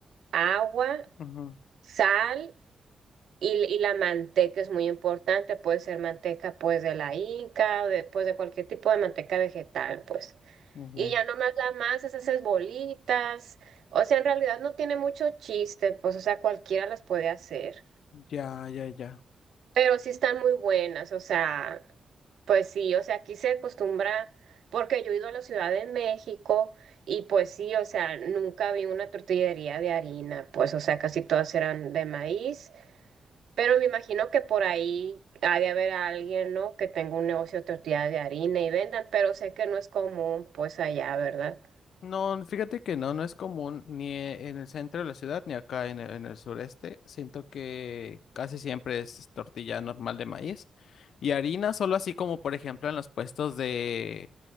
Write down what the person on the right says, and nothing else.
agua,
sal y, y la manteca es muy importante, puede ser manteca pues de la inca, o de, pues, de cualquier tipo de manteca vegetal, pues.
Y ya nomás la masas, haces bolitas, o sea, en realidad no tiene mucho chiste, pues, o sea, cualquiera las puede hacer.
Pero sí están muy buenas, o sea, pues sí, o sea, aquí se acostumbra, porque yo he ido a la Ciudad de México y pues sí, o sea, nunca vi una tortillería de harina, pues o sea, casi todas eran de maíz, pero me imagino que por ahí ha de haber alguien, ¿no? Que tenga un negocio de tortilla de harina y vendan, pero sé que no es común, pues allá, ¿verdad?